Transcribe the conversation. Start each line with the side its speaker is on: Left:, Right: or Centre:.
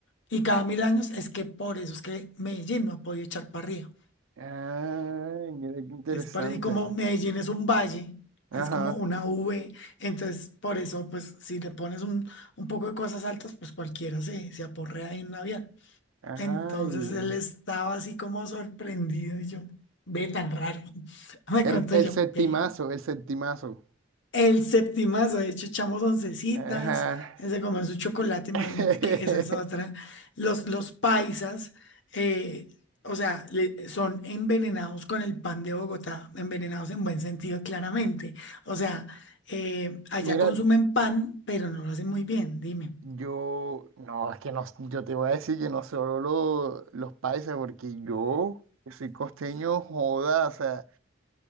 Left: y cada mil años es que por eso es que Medellín no ha podido echar para arriba.
Right: Ay, mira qué interesante.
Left: Es para, y como Medellín es un valle,
Right: Ajá.
Left: es como una V, entonces por eso, pues si le pones un, un poco de cosas altas, pues cualquiera se, se aporrea en un avión.
Right: Ay.
Left: Entonces él estaba así como sorprendido y yo, ve tan raro. <laughs> Me
Right: El,
Left: contó
Right: el
Left: yo,
Right: septimazo,
Left: ve.
Right: el septimazo.
Left: El septimazo, de hecho, echamos oncecitas,
Right: Ajá.
Left: él se comió su chocolate, imagínate
Right: <laughs>
Left: que esa es otra. Los, los paisas, eh, o sea, le- son envenenados con el pan de Bogotá, envenenados en buen sentido, claramente. O sea, eh, allá
Right: Mira,
Left: consumen pan, pero no lo hacen muy bien, dime.
Right: yo, no, es que no, yo te voy a decir que no solo lo- los paisas, porque yo que soy costeño, joda, o sea